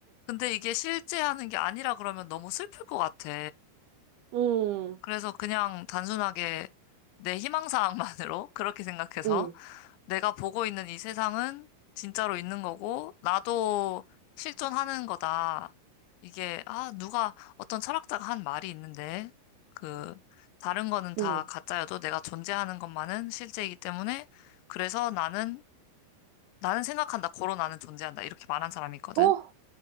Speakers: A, on the left; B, on the right.
A: 근데 이게 실제 하는 게 아니라 그러면 너무 슬플 것 같아.
B: <laughs> 음,
A: 그래서 그냥 단순하게 내 희망사항만으로 <laughs> 그렇게 생각해서
B: 음,
A: 내가 보고 있는 이 세상은 진짜로 있는 거고, 나도 실존하는 거다. 이게, 아, 누가, 어떤 철학자가 한 말이 있는데, 그, 다른 거는 다
B: 음.
A: 가짜여도 내가 존재하는 것만은 실제이기 때문에, 그래서 나는, 나는 생각한다. 고로 나는 존재한다. 이렇게 말한 사람이 있거든.
B: 어?